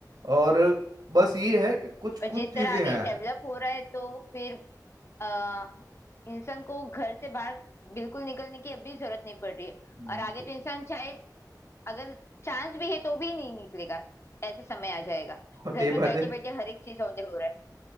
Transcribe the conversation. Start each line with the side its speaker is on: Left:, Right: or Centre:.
Right: और बस ये है कि कुछ
Left: और
Right: कुछ
Left: जिस
Right: चीज़ें
Left: तरह आगे
Right: हैं
Left: डेवलप हो रहा है तो फिर अ, इंसान को घर से बाहर बिल्कुल निकलने की अभी जरूरत नहीं पड़ रही है
Right: हम्म,
Left: और आगे तो इंसान चाहे अगर चांस भी है तो भी नहीं निकलेगा ऐसे समय आ जाएगा
Right: और
Left: घर
Right: day
Left: में
Right: by
Left: बैठे
Right: day
Left: बैठे हर एक चीज ऑर्डर हो रहा है